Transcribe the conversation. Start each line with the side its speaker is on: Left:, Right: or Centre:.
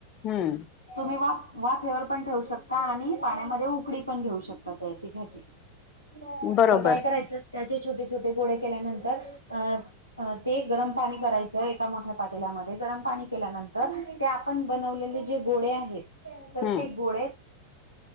Left: हम्म.
Right: तुम्ही वा वा फेवर पण ठेवू शकता आणि पाण्यामध्ये उकडळी पण घेऊ शकता ते पिठाची. ची
Left: बरोबर.
Right: तर काय करायचं त्याचे छोटे छोटे गोळे केल्यानंतर अ. अ ते गरम पाणी करायचंय एका मोठ्या पातल्यामध्ये गरम पाणी केल्यानंतर. ते आपण बनवलेले जे गोळे आहेत तर
Left: हं.
Right: ते गोळे.